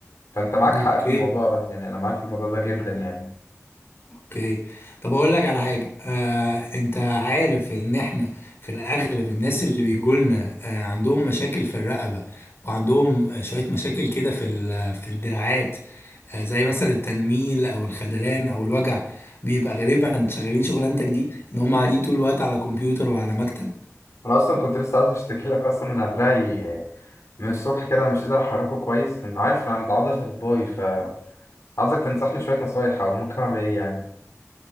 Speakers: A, on the left; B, on the left.
A: فأنت معاك
B: اوكي
A: حق في الموضوع ده يعني أنا معاك في الموضوع ده جدا يعني
B: اوكي طب اقول لك على حاجه آه، انت عارف ان احنا في الاغلب الناس اللي بيجولنا آه، عندهم مشاكل في الرقبه وعندهم آه، شويه مشاكل كده في ال- في الدراعات آه، زي مثلا التنميل او الخدلان او الوجع بيبقى غالبا شغالين شغلانتك دي ان هم قاعدين طول الوقت على كمبيوتر وعلى مكتب
A: أنا أصلا كنت لسه عاوز أشتكي لك أصلا إن دراعي من الصبح كده مش قادر أحركه كويس من عارف من عند عضلة الباي فعاوزك تنصحني شوية نصايح أو ممكن أعمل إيه يعني